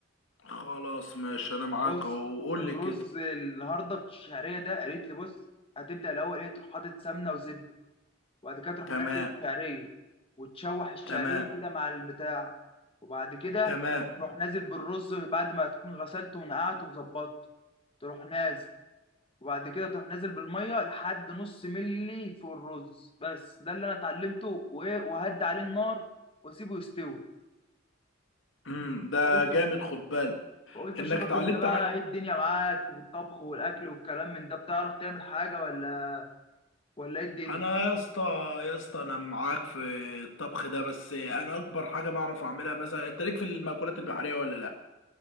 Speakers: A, on the left; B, on the left.
A: خلاص ماشي انا معاك
B: بص
A: اهو قول
B: الرز
A: لي كده
B: النهارده الشعريه ده قالت لي بص هتبدا الاول ايه تروح حاطط سمنه وزبده وبعد كده تروح
A: تمام
B: منزل الشعريه وتشوح الشعريه
A: تمام
B: كده مع البتاع وبعد كده
A: تمام
B: تروح نازل بالرز بعد ما تكون غسلته ونقعته وظبطته تروح نازل وبعد كده تروح نازل بالميه لحد نص ملي فوق الرز بس ده اللي انا اتعلمته وايه وهدي عليه النار واسيبه يستوي
A: امم ده
B: فقلت
A: جامد خد بالك
B: فقلت
A: انك
B: اشوفك
A: اتعلمت
B: انت بقى ايه الدنيا معاك في الطبخ والاكل والكلام من ده بتعرف تعمل حاجه ولا ولا ايه الدنيا
A: انا يا اسطى يا اسطى انا معاك في الطبخ ده بس انا اكبر حاجه بعرف اعملها مثلا انت ليك في المأكولات البحريه ولا لا